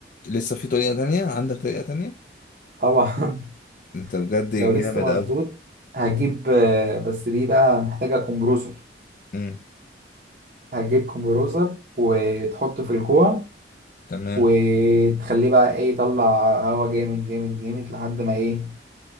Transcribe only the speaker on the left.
لسه في طريقة تانية عندك طريقة تانية
انت بجد
جامد اوي
امم
تمام